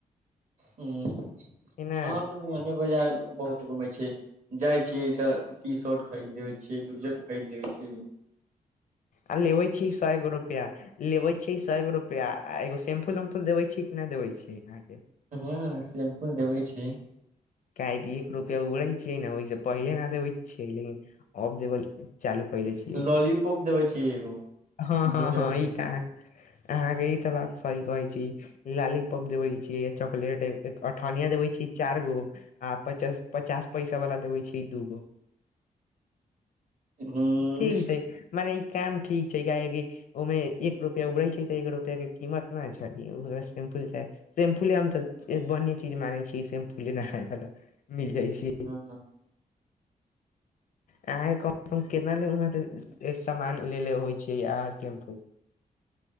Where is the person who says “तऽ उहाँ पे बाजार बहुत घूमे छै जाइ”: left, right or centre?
Right